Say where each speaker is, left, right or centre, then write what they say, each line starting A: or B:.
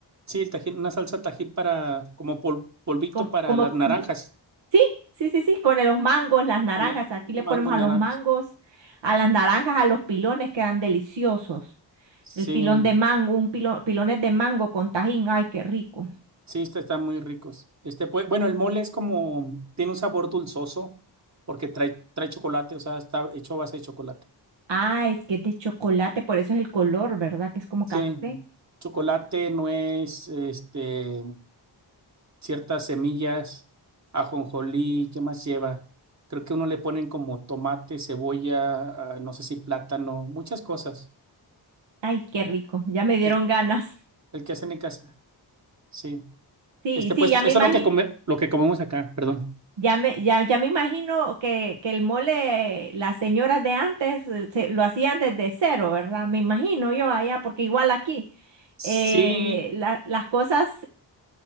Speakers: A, on the right (about 40°); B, on the right (about 80°).
A: Sí, el tajín, una salsa tajín para, como pol- polvito
B: como,
A: para
B: como,
A: las naranjas,
B: ujú, sí, sí, sí, con los mangos, las naranjas,
A: los
B: aquí le
A: mangos
B: ponemos a
A: naranjas.
B: los mangos, a las naranjas, a los pilones quedan deliciosos,
A: Sí,
B: el pilón de mango, un pilón, pilones de mango con tajín, ay, qué rico.
A: sí, este está, están muy ricos. Este, pues, bueno, el mole es como, tiene un sabor dulzoso, porque trae, trae chocolate, o sea, está hecho a base de chocolate.
B: Ah, es que es de chocolate, por eso es el color, ¿verdad? Que es como
A: Sí,
B: café.
A: chocolate, nuez, este, ciertas semillas, ajonjolí, ¿qué más lleva? Creo que uno le ponen como tomate, cebolla, ah, no sé si plátano, muchas cosas.
B: Ay, qué rico. Ya me dieron
A: El,
B: ganas.
A: el que hacen en casa, sí.
B: Sí,
A: Este, pues
B: sí, ya
A: eso
B: me
A: es
B: imagino,
A: lo que come, lo que comemos acá, perdón.
B: ya me, ya, ya me imagino que, que el mole, eh, las señoras de antes eh, se- lo hacían desde cero, ¿verdad? Me imagino yo allá, porque igual aquí
A: Sí,
B: eh, la- las cosas